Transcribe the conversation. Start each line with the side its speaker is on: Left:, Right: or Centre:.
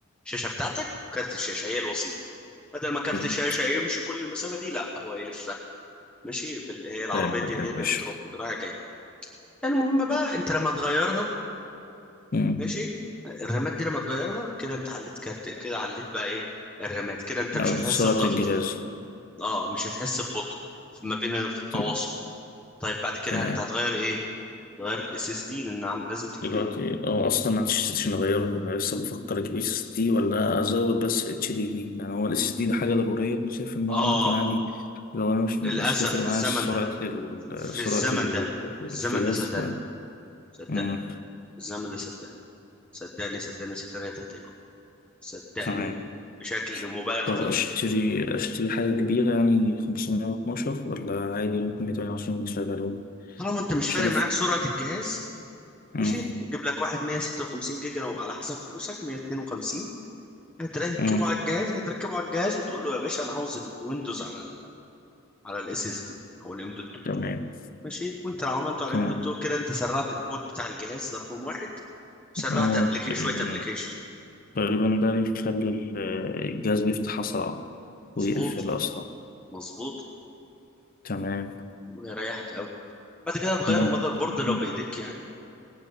Centre: الشاشة بتاعتك وكارت الشاشة هي الوسيط بدل ما كارت
Left: فهمت
Centre: الشاشة يمشي كل المسافة دي لا هو يلفها ماشي بال... هي العربية
Left: فهمتك
Centre: دي
Left: يا
Centre: هي
Left: باشا
Centre: اللي بتروح رايحة جاية المهم بقى انت لما تغيرها
Left: مم.
Centre: ماشي الرامات دي لما تغيرها كده انت عليت كارت كده عليت بقى ايه الرامات كده انت مش
Left: أو
Centre: هتحس
Left: سرعة
Centre: بضغط
Left: الجهاز
Centre: اه مش هتحس ببطء ما بين في التواصل
Left: مم.
Centre: طيب بعد كده
Left: تمام
Centre: انت هتغير ايه غير الاس اس دي لان عن- لازم تجيب
Left: دلوقتي اه اصلا ما عنديش سيشن اغيره انا لسه بفكر اجيب اس اس دي ولا ازود بس اتش دي دي يعني هو الاس اس دي ده حاجه ضروريه انا شايف ان
Centre: اه
Left: هو ممكن عادي لو انا مش مش
Centre: للاسف
Left: هتفرق
Centre: في
Left: معايا
Centre: الزمن
Left: سرعه
Centre: ده
Left: ال
Centre: في
Left: سرعه
Centre: الزمن
Left: ال-
Centre: ده في الزمن
Left: الجهاز
Centre: ده صدقني
Left: ف
Centre: صدقني
Left: مم،
Centre: في الزمن ده صدقني صدقني صدقني صدقني هتحتاجه صدقني
Left: تمام
Centre: بشكل مبالغ
Left: طب
Centre: فيه
Left: اشتري اشتري حاجه كبيره يعني 512 ولا عادي ممكن 220 يشغلون
Centre: طالما انت مش
Left: شايف
Centre: فارق معاك سرعه الجهاز
Left: مم،
Centre: ماشي جيب لك واحد 156 جيجا لو على حسب فلوسك 152 هتركبه
Left: مم،
Centre: على الجهاز هتركبه على الجهاز وتقول له يا باشا انا عاوز الويندوز على ال على الاس اس دي او الام دوت 2
Left: تمام
Centre: ماشي وانت لو عملته على
Left: تمام
Centre: ام دوت 2 كده انت سرعت البوت بتاع الجهاز ده رقم واحد سرعت
Left: اه
Centre: ابلكيشن
Left: تقريبا
Centre: شويه ابلكيشن
Left: تقريبا ده بيخلي ال- الجهاز بيفتح أسرع ويقفل
Centre: مظبوط
Left: أسرع
Centre: مظبوط
Left: تمام
Centre: ويريحك قوي بعد كده هتغير
Left: ممكن
Centre: المذر بورد لو بايديك يعني